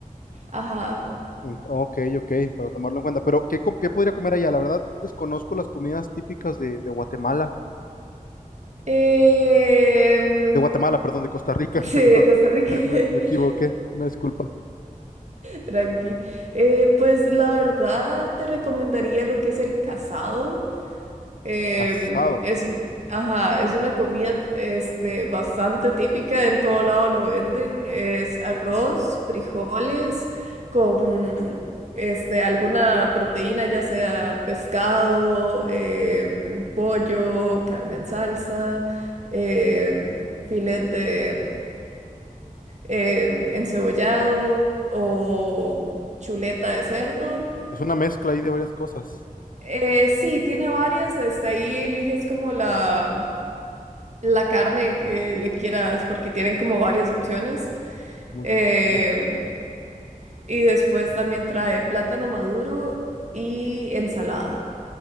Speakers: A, on the right; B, on the left.
A: ajá.
B: En- Ok, ok, para tomarlo en cuenta. Pero ¿qué, com- qué podría comer allá? La verdad desconozco las comidas típicas de, de Guatemala.
A: Em,
B: De Guatemala, perdón, de Costa
A: <laughs>
B: Rica.
A: sí,
B: <laughs>
A: de Costa Rica,
B: ¿Verdad?
A: <laughs>
B: Me, me equivoqué. Una disculpa.
A: tranqui. Eh, pues la verdad te recomendaría lo que es el casado. Em,
B: Casado.
A: es un- ajá, es una comida este, bastante típica, en todo lado lo venden. Es arroz, frijoles, con este, alguna proteína, ya sea pescado, em, pollo, carne en salsa, em, filet de em, encebollado o chuleta de cerdo.
B: Es una mezcla ahí de varias cosas.
A: Eh, sí, tiene varias, hasta ahí eliges como la, la carne que le quieras, porque tienen como varias opciones.
B: Muy
A: Em,
B: bien, ok.
A: y después también trae plátano maduro y ensalada.